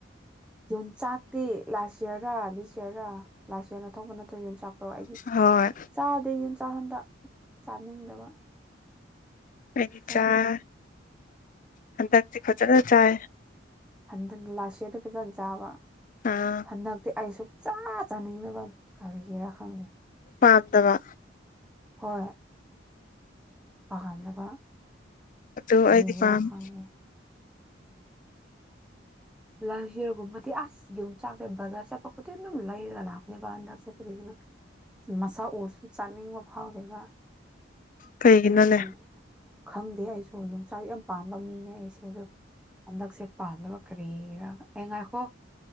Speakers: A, in the centre; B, on the left.
A: ꯌꯣꯡꯆꯥꯛꯇꯤ ꯂꯥꯁ ꯌꯔ ꯑꯅꯤ ꯁꯤꯔꯥ ꯂꯥꯁ ꯌꯔ ꯑ ꯊꯧꯕ ꯅꯠꯇ꯭ꯔꯣ ꯌꯣꯟꯆꯥꯛꯇ ꯑꯣ ꯑꯩꯗꯤ
B: ꯍꯣꯏ
A: ꯆꯥꯗꯦ ꯌꯨꯡꯆꯥꯛ ꯍꯟꯗꯛ ꯆꯥꯅꯤꯡꯗꯕ
B: ꯑꯩꯗꯤ
A: ꯆꯥ
B: ꯆꯥꯏ
A: ꯆꯥ
B: ꯍꯟꯗꯛꯇꯤ ꯐꯖꯅ ꯆꯥꯏ
A: ꯍꯟꯊꯟ ꯂꯥꯁ ꯁꯤꯌꯔꯗ ꯐꯖꯅ ꯆꯥꯕ
B: ꯑꯥ
A: ꯍꯟꯗꯛꯇꯤ ꯑꯩ ꯁꯨꯡꯛ ꯆꯥ ꯆꯥꯅꯤꯡꯅꯕ ꯀꯔꯤꯒꯤꯔꯥ ꯈꯪꯗꯦ
B: ꯄꯥꯝꯗꯕ
A: ꯍꯣꯏ ꯄꯥꯝꯅꯕ
B: ꯑꯗꯨ
A: ꯀ꯭ꯔꯤꯔ
B: ꯑꯩꯗꯤ ꯄꯥꯝꯃꯤ
A: ꯈꯪꯉꯦ ꯂꯥꯏꯆꯔꯒꯨꯝꯃꯗꯤ ꯑꯁ ꯒꯤ ꯆꯥꯛ ꯕꯖꯔ ꯆ ꯄ ꯀꯗꯤ ꯑꯗꯨꯝ ꯂ ꯂꯩꯔꯒ ꯂꯥꯛꯅꯤꯕꯗ ꯀꯔꯤꯅ ꯃꯁꯥ ꯎꯔꯁꯨ ꯆꯥꯅꯤꯡꯕ ꯐꯥꯎꯗꯦꯕ
B: ꯀꯩꯒꯤꯅꫭ
A: ꯀꯔꯤ
B: ꯂꯩ
A: ꯈꯪꯗꯦ ꯑꯩꯁꯨ ꯌꯣꯡꯆꯥꯛ ꯌꯥꯝ ꯄꯥꯝꯕ ꯃꯤꯅꯦ ꯑꯩꯁꯦ ꯑꯗꯣ ꯍꯟꯗꯛꯁꯦ ꯄꯥꯝꯅꯕ ꯀꯔꯤꯔꯥ ꯑꯦ ꯉꯥꯏꯈꯣ